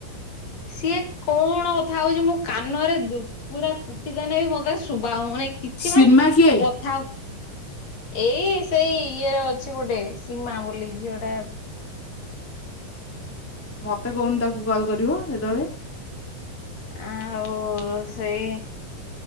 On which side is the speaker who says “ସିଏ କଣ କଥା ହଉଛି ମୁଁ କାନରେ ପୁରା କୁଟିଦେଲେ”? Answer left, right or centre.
Left